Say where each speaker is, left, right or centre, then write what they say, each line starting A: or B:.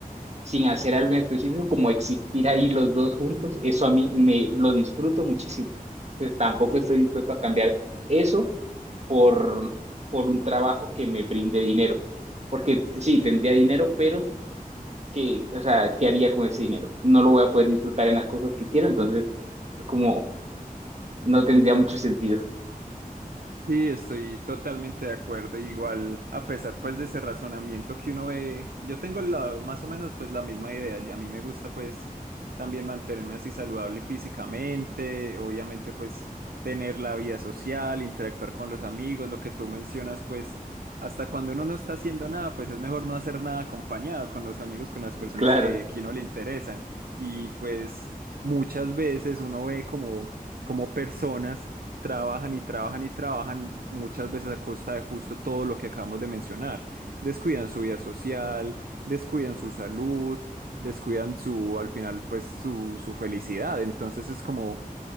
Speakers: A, on the right; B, on the right.
A: sin hacer algo en específico, como existir ahí los dos juntos, eso a mí me lo disfruto muchísimo. Pues tampoco estoy dispuesto a cambiar eso por, por un trabajo que me brinde dinero. Porque sí, tendría dinero, pero que, o sea, ¿qué haría con ese dinero? No lo voy a poder disfrutar en las cosas que quiero, entonces es como no tendría mucho sentido. <laughs>
B: Sí, estoy totalmente de acuerdo. Igual, a pesar pues de ese razonamiento que uno ve, yo tengo la, más o menos pues la misma idea. Y a mí me gusta pues también mantenerme así saludable físicamente, obviamente pues tener la vida social, interactuar con los amigos, lo que tú mencionas pues hasta cuando uno no está haciendo nada, pues es mejor no hacer nada acompañado con los amigos, con las personas
A: Claro,
B: que, que uno le interesan. Y pues muchas veces uno ve como, como personas trabajan y trabajan y trabajan muchas veces a costa de justo todo lo que acabamos de mencionar. Descuidan su vida social, descuidan su salud, descuidan su, al final, pues su, su felicidad. Entonces es como,